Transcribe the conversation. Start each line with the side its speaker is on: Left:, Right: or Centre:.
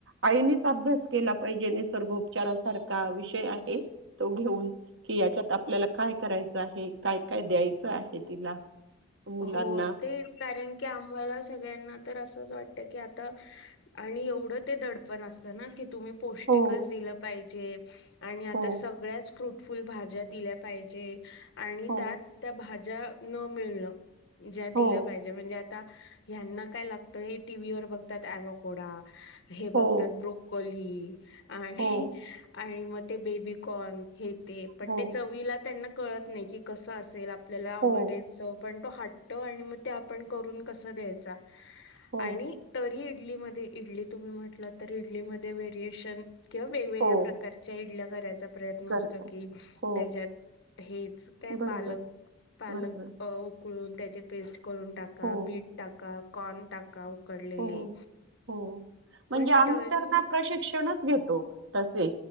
Right: आईनेच अभ्यास केला पाहिजे निसर्गोपचारासारखा विषय आहे. तो घेऊन कि याच्यात आपल्याला काय करायचं आहे काय काय द्यायचं आहे तिला मुलांना
Left: हो तेच कारण की आम्हाला सगळ्यांना तर असंच वाटत की आता आणि एवढं ते दडपण असतं ना कि तुम्ही पौष्टिकच
Right: हो
Left: दिलं पाहिजे आणि
Right: हो
Left: आता सगळ्याच फ्रु फुल भाज्या दिल्या पाहिजे आणि
Right: हो
Left: त्यात त्या भाज्या न मिळणं ज्या
Right: हो
Left: दिल्या पाहिजे म्हणजे आता ह्याना काय लागतंय हे टीव्ही वर बघतात अवा कोडा हे
Right: हो
Left: बघतात ब्रोकोली आणि
Right: हो
Left: आणि मग ते बेबीकोर्न हे ते पण
Right: हो
Left: ते चवीला त्यांना कळत नाही कि कस असेल आप ल्याला आवडायचं
Right: हो
Left: पण तो हट्ट आणि मग ते आपण करून कसं द्यायचा
Right: हो
Left: आणि तरी इडलीमध्ये इडली तुम्ही म्हटल तर इडलीमध्ये व्हेरिएशन किंवा वेगवेगळ्या
Right: हो
Left: प्रकारच्या इडल्या करायचा प्रयत्न
Right: करताय
Left: असतो की
Right: हो
Left: त्याच्यात हेच काय
Right: बरोबर
Left: पालक पालक
Right: बरोबर
Left: अह उकळून त्याचे पेस्ट करून टाका.
Right: हो
Left: बीट टाका. कॉर्न टाका उकडलेले
Right: हो हो म्हणजे
Left: पण
Right: आम्ही
Left: तरी
Right: तर ना प्रशिक्षणच घेतो. तसे,